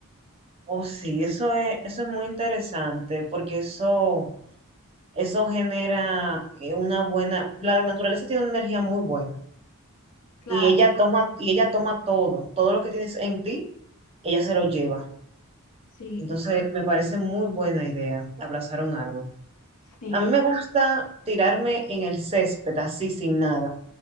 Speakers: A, on the right; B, on the left.
A: Oh, sí, eso es, eso es muy interesante porque eso, eso genera eh, una buena, la naturaleza tiene una energía muy buena
B: Claro,
A: y ella toma, y ella toma todo, todo lo que tienes en ti, ella se lo lleva.
B: sí.
A: Entonces, me parece muy buena idea abrazar un árbol.
B: Sí,
A: A mí me gusta tirarme en el césped, así sin nada.